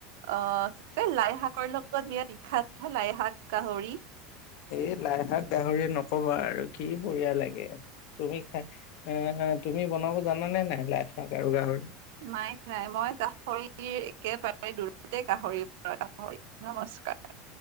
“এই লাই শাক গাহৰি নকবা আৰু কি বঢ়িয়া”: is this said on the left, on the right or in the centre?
Left